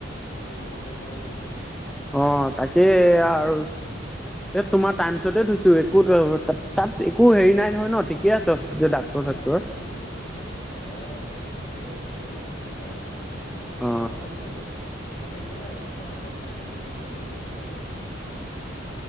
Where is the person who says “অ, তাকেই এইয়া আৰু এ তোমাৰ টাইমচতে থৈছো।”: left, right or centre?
Centre